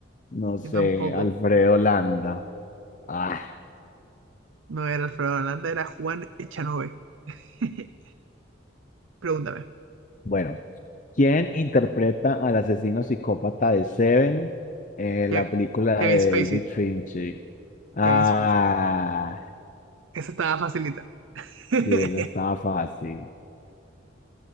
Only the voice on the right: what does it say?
Yo tampoco.
No era Alfredo Landa, era Juan Echanove. <laughs> Pregúntame.
Ke-
Kevin
Spacey.
Kevin Spacey. Esa estaba facilita. <laughs>